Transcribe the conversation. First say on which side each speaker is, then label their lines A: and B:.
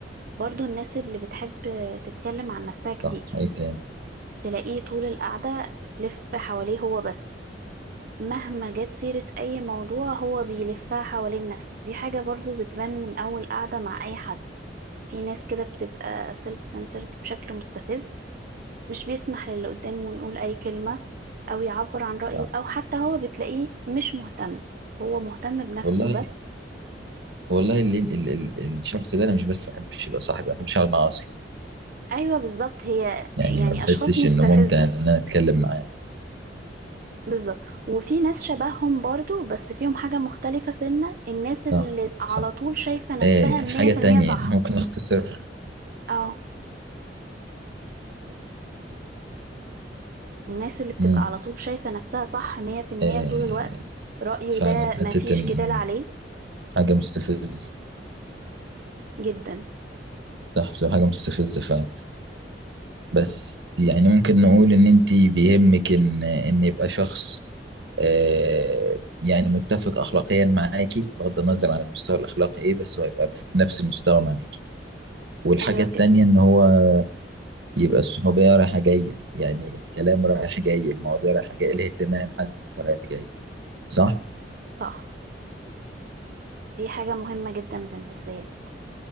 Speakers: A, on the right; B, on the right.
A: برضو الناس اللي بتحب تتكلم عن نفسها كتير
B: صح أي تاني
A: تلاقيه طول القعدة بتلف حواليه هو بس مهما جت سيرة أي موضوع هو بيلفها حوالين نفسه دي حاجة برضو بتبان من أول قعدة مع أي حد في ناس كده بتبقى سيلف سنترد بشكل مستفز مش بيسمح للي قدامه يقول أي كلمة أو يعبر عن رأيه
B: صح
A: أو حتى هو بتلاقيه مش مهتم هو مهتم بنفسه
B: والله
A: بس
B: والله ال ال ال الشخص ده أنا مش بس ما بحبش يبقى صاحبي ما بحبش أقعد معاه أصلا
A: أيوة بالظبط هي
B: يعني
A: يعني
B: ما بحسش
A: أشخاص مستفزة
B: إنه ممتع إن أنا أتكلم معاه
A: بالظبط وفي ناس شبههم برضو بس فيهم حاجة مختلفة سنة الناس اللي
B: صح
A: على
B: صح
A: طول شايفة نفسها
B: آه
A: مية
B: حاجة
A: في
B: تانية
A: المية صح
B: يعني ممكن نختصر
A: اه الناس اللي بتبقى
B: مم.
A: على طول شايفة نفسها صح مية في المية
B: آه
A: طول الوقت رأيه
B: فعلا
A: ده
B: حتة
A: مفيش
B: إن
A: جدال
B: إن
A: عليه
B: حاجة مستفزة
A: جدا
B: صح بتبقى حاجة مستفزة فعلا بس يعني ممكن نقول إن أنت بيهمك إن إن يبقى شخص آه يعني متفق أخلاقيا معاكي بغض النظر عن المستوى الأخلاقي إيه بس هو يبقى في نفس المستوى معاكي والحاجة
A: أيوة
B: التانية
A: جدا
B: إن هو يبقى الصحوبية رايحة جاية يعني الكلام رايح جاي المواضيع رايحة جاية الاهتمام حتى رايح جاي صح؟
A: صح دي حاجة مهمة جدا بالنسبة لي يعني.